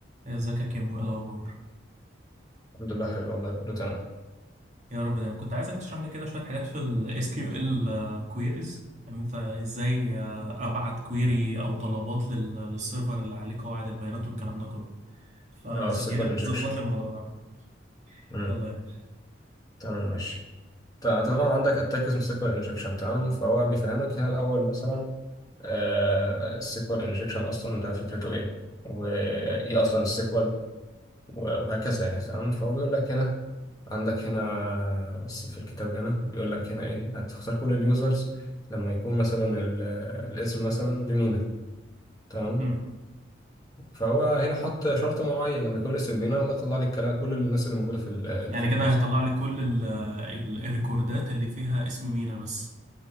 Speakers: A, on the right; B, on the left.
A: ازيك يا كيمو ايه الاخبار
B: الحمد لله حبيبي والله كله تمام
A: يا رب دايما كنت عايزك تشرح لي كده شويه حاجات في ال SQL queries ان انت ازاي آه، ابعت كويري او طلبات لل- للسيرفر اللي عليه قواعد البيانات والكلام ده كله فيا
B: اه السيكوال
A: ريت
B: انجكشن
A: تظبط لي الموضوع ده
B: امم
A: يلا يا باشا
B: تمام ماشي تع- طبعا عندك اتاك اسمه سيكوال انجكشن تمام فهو بيفهمك هنا الاول مثلا آه السيكوال انجكشن اصلا ده فكرته ايه وايه اصلا السيكوال وهكذا يعني تمام فهو بيقول لك هنا عندك هنا س- في الكتاب هنا بيقول لك هنا ايه هتختار كل اليوزرز لما يكون مثلا ال- الاسم مثلا بمينا تمام
A: مم.
B: فهو هنا حط شرط معين لما يكون الاسم بمينا والله يطلع لك كلا- كل الناس اللي موجوده في ال
A: يعني
B: في اليوزر
A: كده هيطلع لي كل ال- ال- الريكوردات اللي فيها اسم مينا بس